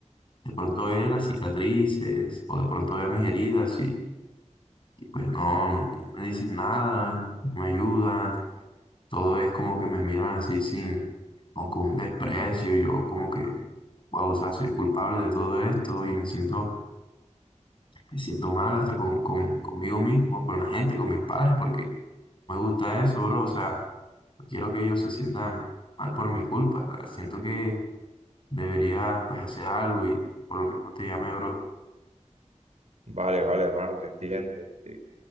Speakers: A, on the left; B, on the right.
A: de pronto ve las cicatrices o de pronto ve mis heridas y, y, pues no, no, no me dicen nada, no me ayudan, todo es como que me miran así sin o con un desprecio, yo como que, wow, o sea, soy culpable de todo esto y me siento me siento mal hasta con, con- conmigo mismo, con la gente, con mis padres, porque no me gusta eso, bro. O sea, no quiero que ellos se sientan mal por mi culpa. o sea, Siento que debería, pues, hacer algo y pues, por lo mismo te llamé, bro.
B: Vale, vale, hermano, te entiendo. Este,